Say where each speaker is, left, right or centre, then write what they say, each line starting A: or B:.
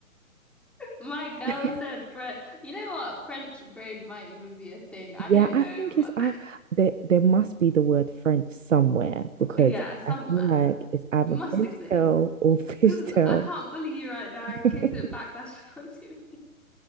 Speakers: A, in the centre; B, on the right.
A: My girl
B: <laughs>
A: said French. You know what? French braid might even be a thing. I
B: Yeah,
A: don't
B: I
A: know.
B: think it's I
A: But
B: there there must be the word French somewhere
A: <laughs>
B: because
A: yeah, somewhere.
B: I feel like it's either
A: It must
B: French
A: exist.
B: tail or fish
A: Because
B: tail.
A: I can't bully you right now
B: <laughs>
A: in case it backlashes <laughs> onto me.